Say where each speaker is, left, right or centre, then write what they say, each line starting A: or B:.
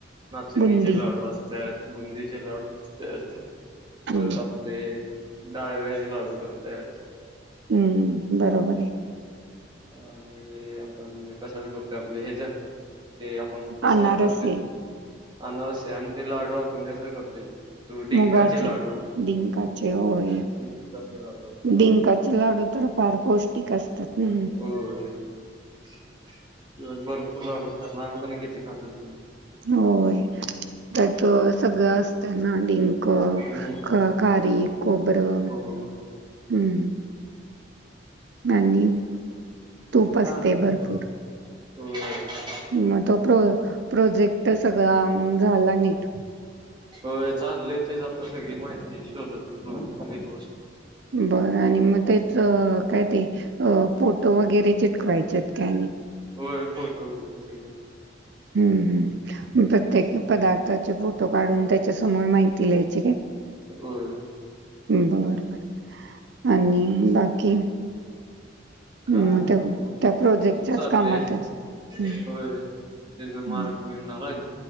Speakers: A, on the right; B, on the right.
A: नाचणीचे
B: बुंदी
A: लाडू असत्यात. बुंदीचे लाडू असत्यात,
B: हम्म
A: परत आपल डाळव्याचे लाडू करत्यात.
B: हम्म,, बरोबर आहे.
A: आणि,, आपण कशाच करतो? आपले हेजं.. ते आपण कशाच
B: अनारसे
A: करतोय? आणरसे आणि ते लाडू आपण कशाच करतोय? तो डिंकाचे
B: मुगाचे,
A: लाडू
B: डिंकाचे होय.
A: डिंकाचे लाडू असतात
B: डिंकाचे लाडू तर फार पौष्टिक असतात न
A: होय, <inaudible> भरपूर लाडू लहानपणी किती खात हुतो मी
B: होय, त्यात सगळं असतंय ना डिंक अ
A: हम्म
B: खारिक, खोबरं,
A: होय
B: हम्म.. आणि तूप असतय
A: काय नव्ह
B: भरपूर.
A: होय. <inaudible>
B: मग तो प्रो प्रोजेक्ट सगळा ऽऽझाला नीट.
A: होय चाललेय तेच, आता सगळी माहिती शोधत हुतो. लित बसलोऽऽ
B: बरं आणि मग त्याचऽऽ काय ते अ फोटो वगैरे चिटकवायच्यात काय आणि.
A: होय,, फोटो वगैरे सगळे.
B: हम्म, हम्,
A: हम्म
B: प्रत्येक पदार्थाचे फोटो ऽऽ तो काढून त्याच्यासमोर माहिती ल्यायची काय.
A: होय.
B: बरबर,, आणि बाकी. मग
A: काय,
B: त्या
A: म
B: त्या प्रोजेक्टच्याच
A: ते चाललेय,
B: कामात आहेस? हं,
A: होय. त्याचा मार्क
B: हं.
A: मिळणार आहीत.